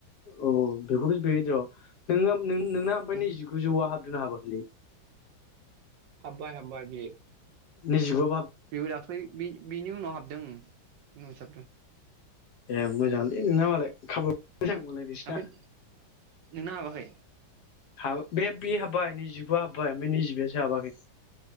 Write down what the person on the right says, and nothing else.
उम
हाब्बाय हाब्बाय बेयो
बेबो दाख्लै बेनि उनाव हाबदों उनावसो हाबदों
ओमफ्राय नोंना हाबाखै?